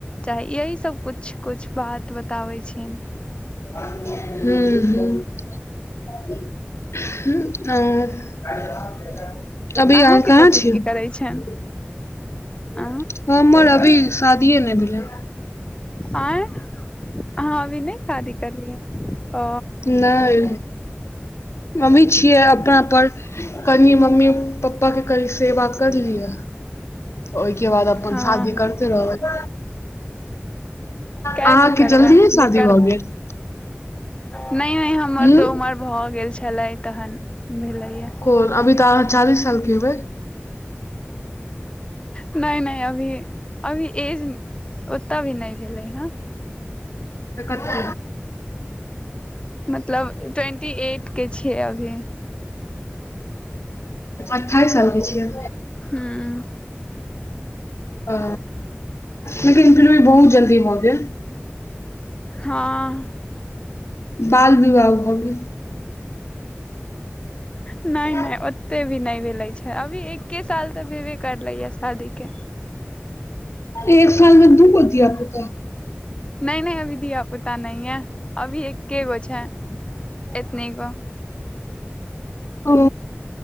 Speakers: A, on the left; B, on the left.
A: चाही यही सभ किुछु - किछु बात बताबै छै।
B: हू -हूं। हुं अऽ अभी आहां
A: अहाँके
B: कहाँ
A: पति की करै छनि
B: छियै।
A: अ
B: हमर अभी शादीए ने भेलै है।
A: आंय आहां अभि नै शादी करलियै ह।
B: नय मम्मी छियै अपना पर। कनि मम्मी पप्पा के कनि सेवा कर लिय। ओहिके बाद अपन
A: हँ
B: शादी
A: हँ
B: करते रहब।
A: कए
B: अहाँके
A: गो करबै
B: जल्दीए
A: जे
B: शादी
A: कर
B: भऽ गेल।
A: नहि नहि हमर
B: हूँ
A: तऽ उमर भऽ गेल छलै तहन भेलैया।
B: ओ अभी तऽ अहाँ चालीस सालके हेबई।
A: नय नय अभी अभी एज ओत भी न भेलै हँ।
B: तऽ कते?
A: मतलब ट्वेंटी एट के छियै अभी।
B: अठाइस सालके छियै।
A: हुं।
B: अ, लेकिन फिर भी बहुत जल्दी भ गेल।
A: हँ
B: बाल विवाह भ गेल।
A: नहि नहि
B: <inaudible>
A: ओते भी नै भेलै छै अभी एके साल त भेबे करलैए शादीेके।
B: एक साल मे दू गो धीया पूता।
A: नै नै अभी धिया पुता नै या अभी एके गो छै एतनी गो।
B: ओ